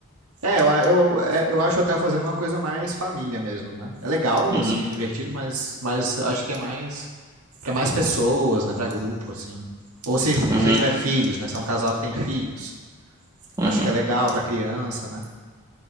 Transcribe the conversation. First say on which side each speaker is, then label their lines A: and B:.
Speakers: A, on the right (about 85°); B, on the right (about 15°).
A: É, eu, a- eu, é, eu acho o hotel fazendo uma coisa mais família mesmo, né? É legal,
B: Uhum,
A: assim, é divertido, mas, mas eu acho que é mais para mais pessoas, né? Para grupo, assim. Ou se você
B: uhum,
A: tiver filhos, né? Se é um casal que tem filhos,
B: uhum.
A: acho que é legal para criança, né?